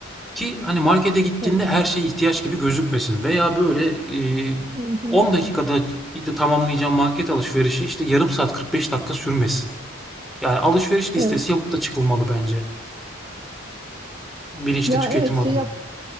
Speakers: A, in the centre; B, on the right.
A: Ki hani markete gittiğinde
B: Evet.
A: her şey ihtiyaç gibi gözükmesin veya böyle, eee,
B: Hı hı.
A: 10 dakikada işte tamamlayacağım market alışverişi işte yarım saat 45 dakika sürmesin. Yani alışveriş listesi
B: Evet.
A: yapıp da çıkılmalı bence bilinçli
B: Ya
A: tüketim
B: evet şey
A: adına.
B: yap